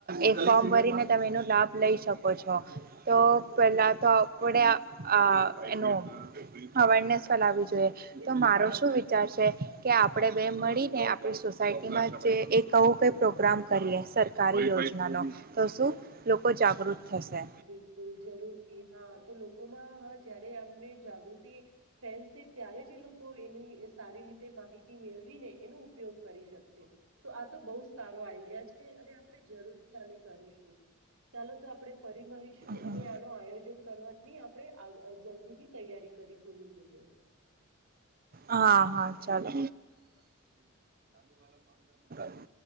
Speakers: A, on the right; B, on the right.
A: એ ફોર્મ ભરીને તમે એનો લાભ લઈ શકો છો. તો પેલા તો આપણે અ એનો અવેરનેસ ફેલાવી જો જોવે,
B: બિલકુલ
A: તો મારો શું વિચાર છે કે આપણે બે મળીને આપણી સોસાયટ ટીમાં જે એક અવો કંઈ પ્રોગ્રામ કરીએ સરકારી યોજનાનો તો શું લોકો જાગૃત થશે
B: બિલકુલ જરૂરથી હા તો લોકોમાં હ જયા વે એમને જાગૃતિ ફેલશે ત્યારે જ એ લોકો એની સારી રીતે માહિતી મેળવી ને એનું ઉપયોગ કરી શકશે. તો આ તો બહુ જ સારો આઈડિયા છે, અને આપણે જરૂરથી આને કર કરીશું. ચાલો તો આપણે ફરી મલીશું
A: હમ.
B: અને આનો આયોજન કરવાની આપણે અ જલ જલ્દીથી તૈયારી કરી પૂરી લઈએ.
A: હા હા ચાલો. <inaudible>